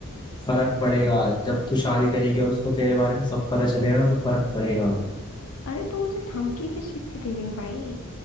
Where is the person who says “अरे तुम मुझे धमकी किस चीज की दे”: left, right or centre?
Left